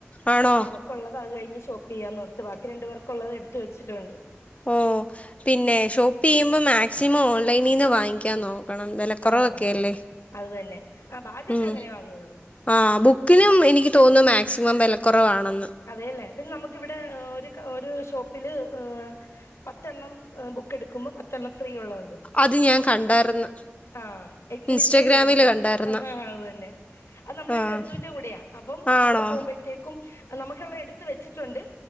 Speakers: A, on the left (about 30°); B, on the left (about 80°).
A: ആണോ
B: അപ്പ അവ ക്കൊള്ളത് അത് കഴിഞ് ഷോപ്പ് ചെയ്യാന്നോർത്തു ബാക്കി രണ്ട് പേർക്കൊള്ളത് എടുത്ത് വെച്ചിട്ടുണ്ട്.
A: ഓ പിന്നെ ഷോപ്പ് ചെയ്യുമ്പോ മാക്സിമം ഓൺലൈനിന്ന് വാങ്ങിക്കാൻ നോ പണം വെലക്കൊറവൊക്കെയല്ലേ
B: ആ അത് തന്നെ ആ ബാഗൊക്കെ
A: ഉം
B: അങ്ങനെ വാങ്ങുള്ളൂ
A: ആഹ് ബുക്കിനും എനിക്ക് തോന്ന്ന്നു മാക്സിമം വെലക്കൊറവാണെന്ന്
B: അതെയല്ലേ പിന്നെ നമുക്ക് ഇവിടെ ഒര് ഒരു ഷോപ്പില് ഇഹ് പത്തെണ്ണം ഇഹ് ബു ക്കെടുക്കുമ്പം പത്തെണ്ണം ഫ്രീ ഉള്ളഹ് ഇണ്ട്
A: അത് ഞാൻ കണ്ടായിരുന്നു
B: ആഹ് അഹ്
A: ഇൻസ്റ്റഗ്രാമില്
B: ഇനിസ്റ്റേല്ലായിരിക്കും
A: കണ്ടായിരുന്നു
B: അഹ് ആഹ് അത് തന്നെ അത് നമ്മുടെ
A: ആഹ്
B: ഒരു ബന്ധുവിൻന്റെ കൂടെയാ അപ്പം
A: ആണോ
B: അവിടെ പോകുമ്പോഴത്തേക്കും നമ്ക്ക്ള്ളഹ് എടുത്ത് വെച്ചിട്ടുണ്ട്